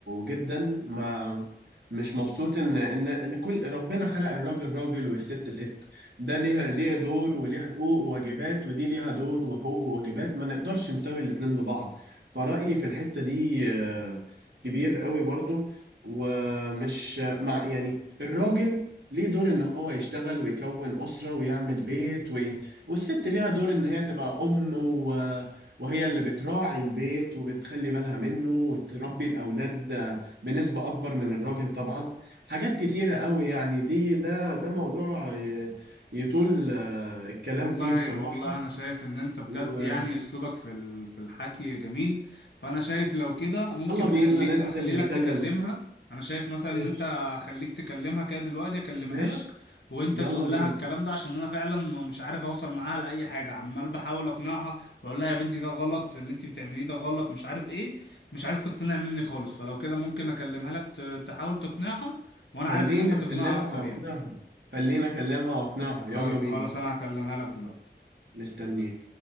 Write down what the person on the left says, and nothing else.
والله
والله انا شايف ان انت بجد
يعني اسلوبك في ال- في الحكي جميل فانا شايف لو كده ممكن اخليك
اخلي
لك تكلمها انا شايف مثلا ان
انت اخليك تكلمها كده دلوقتي اكلمها
لك وانت
تقول
لها الكلام ده عشان انا فعلا مش عارف اوصل معاها لاي حاجه عمال بحاول اقنعها واقول لها يا بنتي ده غلط اللي انت بتعمليه ده غلط مش عارف ايه مش عايز تقتنع مني خالص فلو كده ممكن اكلمها لك ت- تحاول تقنعها وانا
عارف ان انت هتقنعها
اكتر
يعني
طيب
خلاص انا هكلمها لك دلوقتي